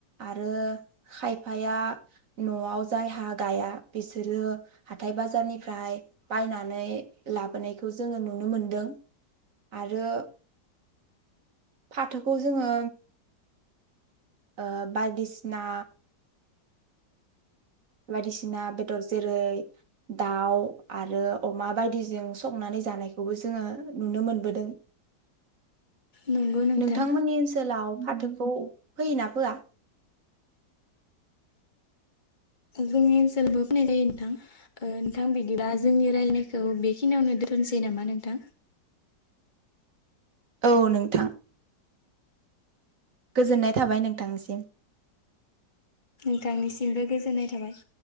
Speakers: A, on the right; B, on the left.
A: आरो खायफाया नआव जायहा गाया बिसोरो हाथाइ बाजारनिफ्राय बायनानै लाबोनायखौ जोङो नुनो मोनदों आरो फाथोखौ जोङो ओ बायदिसिना बायदिसिना बेदर जेरै दाव आरो अमा बायदिजों संनानै जानायखौबो जोङो नुनो मोनबोदों।
B: नंगौ नोंथां
A: नोंथांमोननि ओनसोलाव फाथोखौ फोयोना फोया?
B: जोंनि ओनसोलावबो फोनाय जायो नोंथां नोंथां बिदिबा जोंनि रायलानायखौ बेखिनियावनो दोनथनोसै नामा नोंथां?
A: औ नोंथां। गोजोननाय थाबाय नोंथांनिसिम।
B: नोंथांनिसिमबो गोजोननाय थाबाय।